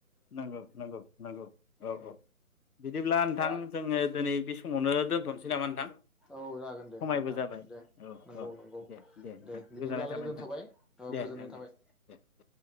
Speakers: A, on the left; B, in the centre.
A: नंगौ नंगौ नंगौ औ औ बिदिब्ला नोंथां
B: दा
A: जोङो दिनै बे समावनो दोन दोनथ'नोसै नामा नोंथां
B: औ जागोन दे
A: समायबो
B: नोंथां
A: जाबाय
B: दे
A: औ
B: नंगौ
A: औ
B: नंगौ
A: दे नोंथां
B: दे बिदिब्लालाय
A: गोजोननाय थाबाय
B: दोनथ'बाय
A: नोंथां
B: औ
A: दे
B: गोजोननाय
A: नोंथां दे
B: थाबाय
A: दे दे